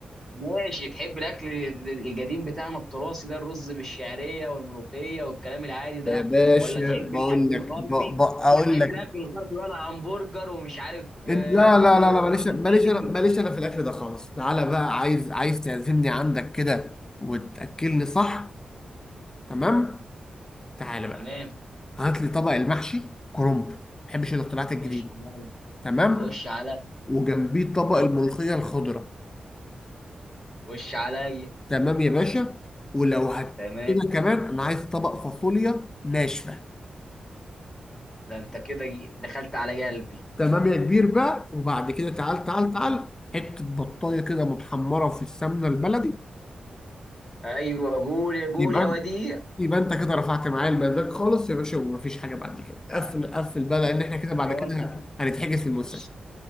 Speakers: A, in the centre; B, on the left.
A: ماشي تحب الاكل القديم بتاعنا التراثي ده الرز بالشعريه والملوخيه والكلام العادي ده
B: يا باشا
A: ولا تحب
B: بقول
A: الاكل
B: لك
A: الغربي
B: ب... ب... اقول
A: ولا تحب
B: لك
A: الاكل الغربي بقى همبرجر ومش عارف
B: إن...
A: آه،
B: لا
A: فطير
B: لا لا لا
A: سجق
B: ماليش ماليش
A: كيري
B: انا ماليش انا في الاكل ده خالص تعالى بقى عايز عايز تعزمني عندك كده وتاكلني صح تمام تعالى بقى
A: تمام
B: هات لي طبق المحشي كرنب ما بحبش الاختراعات الجديده
A: خش عليا
B: تمام
A: خش عليا
B: وجنبيه طبق
A: م،
B: الملوخيه الخضراء
A: خش عليا
B: تمام يا باشا ولو هت
A: تمام
B: كده كمان انا عايز طبق فاصوليا ناشفه
A: ده انت كده دخلت على قلبي
B: تمام يا كبير بقى وبعد كده تعال تعال
A: تمام.
B: تعال حته بطايه كده متحمره في السمنه البلدي
A: ايوه قول يا قول
B: يبقى
A: يا
B: انت
A: وديع
B: يبقى انت كده رفعت معايا المزاج خالص يا باشا ومفيش حاجه بعد كده قفل قفل بقى لان احنا كده بعد
A: يا والله
B: كده هنتحجز في المستشفى
A: بص